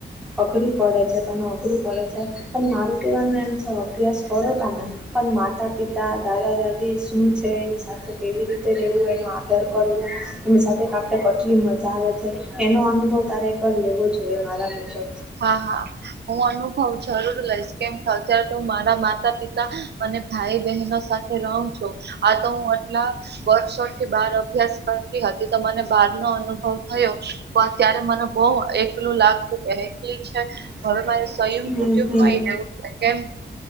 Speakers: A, in the centre; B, on the right.
A: અઘરી પડે છે તમે અઘરું પડે છે પણ મારું કહેવાનું એમ છે અભ્યાસ કરો તમે. પણ માતા પિતા દાદા દાદી શું છે એની સાથે કેવી રીતે રહેવું એનો આદર કરવો એની સાથે કાપ એ કેટલી મજા આવે છે એનો અનુભવ તારે એકવાર લેવો જોઈએ મારા મુજબ.
B: હા હા હું અનુભવ જરૂર લઈશ કેમ કે અત્યારે તો મારા માતા પિતા અને ભાઈ બહેનો સાથે રહું છું આ તો હું આટલા વર્ષો થી બાર અભ્યાસ કરતી હતી તો મને બાર નો અનુભવ થયો તો અત્યારે મને બહ એકલું લાગતું કે એકલી છે.
A: હમ
B: હવે મારે સ્વયં કુટુંબ
A: હમ
B: માં એ રહેવું કેમ